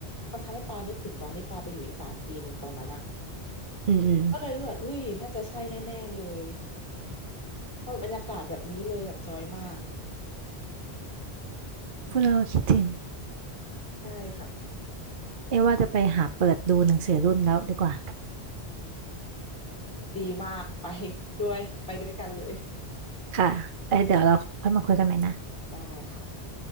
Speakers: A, on the left; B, on the right.
A: มันทำให้ปานึกถึงตอนที่ปาไปอยู่อีสานปีหนึ่งตอนนั้นอ่ะ
B: อืมอืม
A: ก็เลยรู้สึกว่าเฮ้ยน่าจะใช่แน่ๆเลยเพราะบรรยากาศแบบนี้เลยแบบจอยมาก
B: พูดแล้วก็คิดถึง
A: ใช่ค่ะ
B: เอ้ว่าจะไปหาเปิดดูหนังสือรุ่นแล้วดีกว่า
A: ดีมาก <laughs> ไปด้วยไปด้วยกันเลย
B: ค่ะเอ้ยเดี๋ยวเราค่อยมาคุยกันใหม่นะ
A: ได้ค่ะ